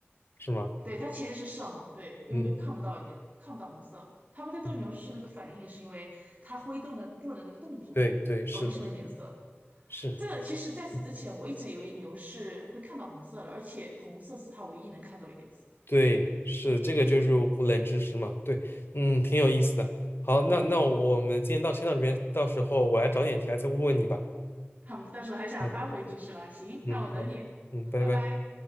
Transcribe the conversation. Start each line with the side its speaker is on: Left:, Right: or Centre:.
Left: 是吗？
Right: 对，它其实是色盲，对，因为牛看不到也看不到红色。
Left: 嗯嗯
Right: 他们对斗牛士那个反应，
Left: 嗯，
Right: 是因为它挥动的布的那个动作，
Left: 对对，是的，
Right: 而不是因为颜色。
Left: 是，
Right: 这个其实在此之前，
Left: 嗯
Right: 我一直以为牛是会看到红色的，而且红色是它唯一能看到的颜色。
Left: 对是，这个就是我冷知识嘛，对，嗯，挺有意思的。好，那那我们今天到先到这边，到时候我来找点题来再问问你吧。
Right: <laughs> 他们到时候还想扳回一局是吧？
Left: 嗯
Right: 行，
Left: 嗯，
Right: 那我等你，
Left: 好，嗯，拜拜。
Right: 拜拜。